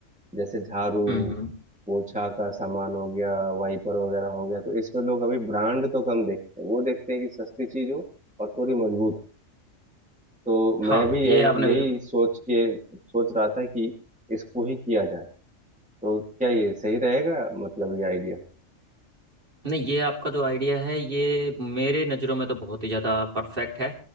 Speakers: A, in the centre; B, on the right (about 40°).
A: जैसे झाड़ू
B: हम्म। हम्म।
A: पोछा का सामान हो गया वाइपर वगैरह हो गया तो इसमें लोग अभी ब्रांड तो कम देखते हैं वो देखते हैं कि सस्ती चीज हो और थोड़ी मजबूत हो। तो मैं
B: हाँ
A: भी
B: ये
A: यही
B: आपने
A: यही
B: बिल्कुल
A: सोच के सोच रहा था कि इसको ही किया जाए तो क्या ये सही रहेगा मतलब ये आइडिया
B: नहीं ये आपका जो आइडिया है ये मेरे नज़रों में तो बहुत ही ज़्यादा परफेक्ट है